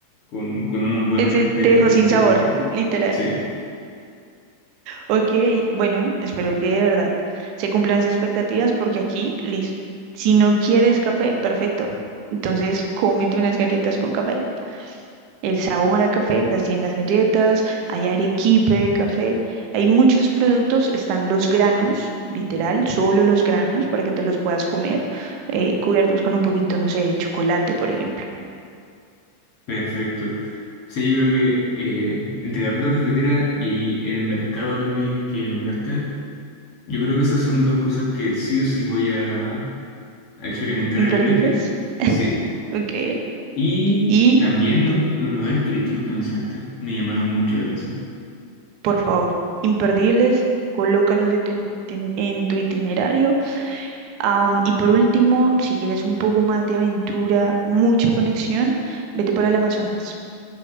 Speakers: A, on the left; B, on the right.
A: con, con uno bueno
B: Ese
A: en este,
B: te dejó
A: en
B: sin
A: este
B: sabor,
A: viaje.
B: literal.
A: Sí.
B: Ok, bueno, espero que de verdad se cumplan sus expectativas porque aquí, listo. Si no quieres café, perfecto. Entonces, cómete unas galletas con café. El sabor a café las tienen las galletas, hay arequipe de café, hay muchos productos, están los granos, literal, solo los granos para que te los puedas comer, eh, cubiertos con un poquito, no sé, de chocolate, por ejemplo.
A: Perfecto. Sí, yo creo que eh, entre la ruta cafetera y el mercado también que nombraste, yo creo que esas son dos cosas que sí o sí voy a, a experimentar
B: Imperdibles.
A: en el viaje. Sí.
B: Ok.
A: Y
B: Y
A: también
B: dime.
A: los, los lugares turísticos que mencionaste me llamaron mucho la atención.
B: Por favor, imperdibles, colócalos de tu in- tin- en tu itinerario. Am, y por último, si quieres un poco más de aventura, mucha conexión, vete para el Amazonas.